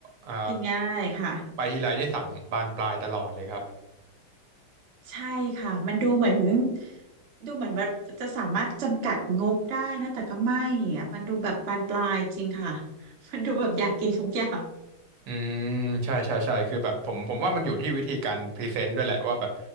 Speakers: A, on the right; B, on the right.
A: อ่า
B: กินง่ายค่ะ
A: ไปทีไรนี่สั่งบานปลายตลอดเลยครับ
B: ใช่ค่ะมันดูเหมือนดูเหมือนแบบจะสามารถจำกัดงบได้นะแต่ก็ไม่อะมันดูแบบบานปลายจริงค่ะ <laughs> มันดูแบบอยากกินทุกอย่าง
A: อืมใช่ใช่ใช่คือแบบผมผมว่ามันอยู่ที่วิธีการพรีเซนต์ด้วยแหละว่าแบบ